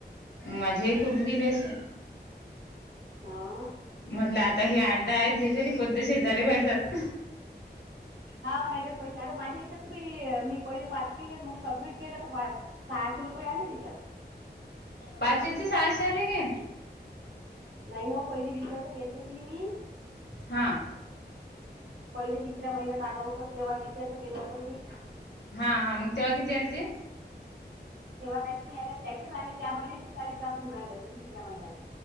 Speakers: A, on the left; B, on the right.
A: मजे खूप
B: मग
A: गेले अस
B: हा
A: म्हटलं आता हे आड्डा आहेत हे तरी पद्दशीर झाले पाहिजात
B: हा नाही तर पैसे आता माझ्या हच्यात तुम्ही मी पहिले पास केले मग सबमिट केलं तर सहाशे रुपये आले त्याच्यात
A: पाचचे सहाशे आले ग
B: नाही ना पहिली वीजचं गेलत की नाही मी
A: हां
B: पहिले तिसऱ्या महिन्यात आलं होतं तेव्हा विषयाच केलं होतं मी
A: हा हा मगत्यवागितेती
B: तेव्हा काहीच नाही आले त्याचेच आले त्या महिन्याचीच तारीखाखून राहिल होती तिसऱ्या महिन्यां